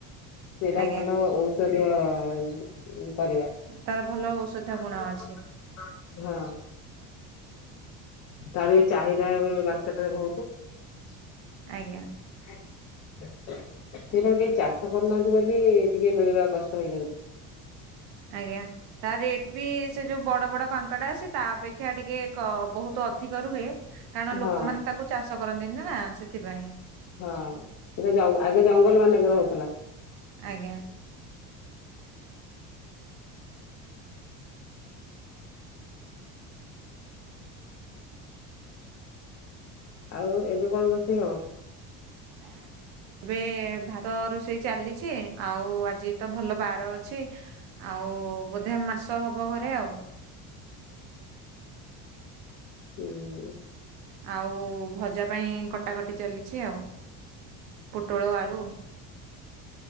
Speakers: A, on the left; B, on the right.
A: ସେଟା
B: ଆଜ୍ଞା
A: ଭଲ ଔଷଧୀୟ ପରିବା
B: ତାର ଭଲ ଔଷଧ
A: <unintelligible>
B: ଗୁଣ ଅଛି
A: ହଁ। ତାର ବି ଚାହିଦା ଏବେ ମାର୍କେଟ ରେ ବହୁତ ।
B: ଆଜ୍ଞା।
A: ସେଇଟା କେହି ଚାଷ କରୁନାହାନ୍ତି ବୋଲି ଟିକେ ମିଳିବା କଷ୍ଟ ହେଇଯାଉଛି ।
B: ଆଜ୍ଞା ତା ରେଟ ବି ସେ ଯୋଉ ବଡ ବଡ କାଙ୍କଡ ଆସେ ତା ଅପେକ୍ଷା ଟିକେ ବହୁତ ଅଧିକ ରୁହେ କାରଣ ଲୋକମାନେ
A: ହଁ
B: ତାକୁ ଚାଷ କରନ୍ତିନି ନା ସେଥିପାଇଁ
A: ହଁ ସେଟା ଆଗେ ଜଙ୍ଗଲ ମାନଙ୍କର ହଉ
B: ଆଜ୍ଞା। <inaudible>
A: ଆଉ ଏବେ କଣ ରୋଷେଇ ହବ?
B: <inaudible> ଏବେ ଭାତ ରୋଷେଇ ଚାଲିଛି ଆଉ ଆଜି ତ ଭଲ ବାର ଅଛି ଆଉ ଆଉ ବୋଧେ ମାଂସ ହବ ଘରେ ଆଉ।
A: ହୁଁ।
B: ଆଉ ଭଜା ପାଇଁ କଟାକଟି ଚାଲିଛି ଆଉ। ପୋଟଳ, ଆଳୁ